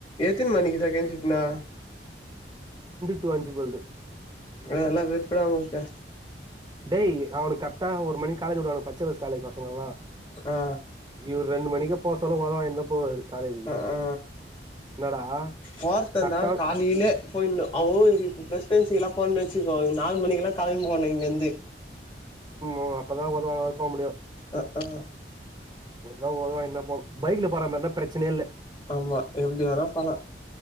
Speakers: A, on the left; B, on the right.
A: எத்தினு மணிக்கு செகண்ட் ஷிஃப்ட்னா
B: டூ அஞ்சி போலது
A: அதெல்லா வெறுப்புடா நமுளுக்கு
B: டேய் அவனுக்கு கர்ட்டா ஒரு மணிக் காலேஜ் வுடுவாங்க பச்சயபாஸ் காலேஜ் பசங்கள்லா
A: ஆ
B: இவுரு ரெண்டு மணிக்கா போசொல்லோ வொத வாங்கீன்தா போவாரு காலேஜுக்கு
A: ஆஹ்ஹா
B: என்னடா
A: போர்தந்தா
B: கரெக்டா
A: காலிலே போயின்னோ அவ்ளோ இருக்கு இப்ப பிரசிடென்சி எல்லா போகன்னு வச்சிக்கோ நாலு மணிக்கெல்லா கெளம்பி போனு இங்கந்து
B: ஓ அப்பதா ஒத வாங்காம போ முடியு
A: அஹ்ஹா
B: எப்டினா வொத வாங்கின்னு தா போனு பைக்ல போற மாரின்னா பிரச்சனயேல்ல
A: ஆமா எப்டி வேணா போல